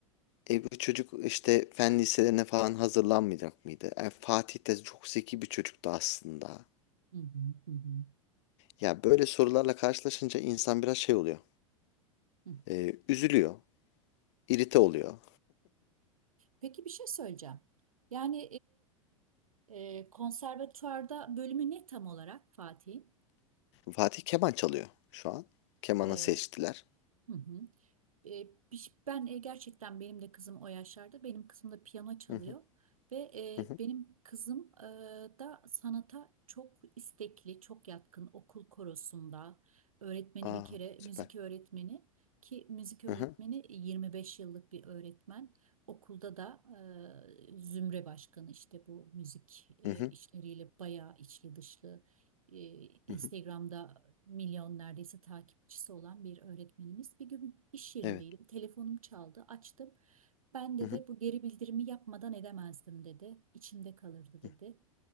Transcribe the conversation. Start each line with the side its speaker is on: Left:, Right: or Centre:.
Left: E bu çocuk işte fen liselerine falan hazırlanmayacak mıydı? E, Fatih de çok zeki bir çocuktu aslında.
Right: Hı hı. Hı hı.
Left: Ya böyle sorularla karşılaşınca insan biraz şey oluyor.
Right: Hı
Left: Ee, üzülüyor, irite oluyor.
Right: Peki bir şey söyleyeceğim. Yani e, e, konservatuvarda bölümü ne tam olarak Fatih'in?
Left: Fatih keman çalıyor şu an. Kemanı
Right: E,
Left: seçtiler.
Right: hı hı. E, biş- Ben e, gerçekten benim de kızım o yaşlarda. Benim kızım da piyano çalıyor
Left: Hı hı,
Right: ve e,
Left: hı hı.
Right: benim kızım e, da sanata çok istekli, çok yatkın. Okul korosunda öğretmeni
Left: Aa,
Right: bir kere
Left: süper.
Right: müzik öğretmeni ki müzik öğretmeni
Left: Hı hı,
Right: 25 yıllık bir öğretmen. Okulda da e, zümre başkanı işte bu müzik e,
Left: hı hı,
Right: işleriyle bayağı içli dışlı e, Instagram'da
Left: hı hı.
Right: milyon neredeyse takipçisi olan bir öğretmenimiz. Bir gün iş yerindeydim.
Left: Evet.
Right: Telefonum çaldı. Açtım. Ben dedi
Left: Hı hı,
Right: bu geri bildirimi yapmadan edemezdim dedi. İçimde kalırdı dedi.
Left: hı.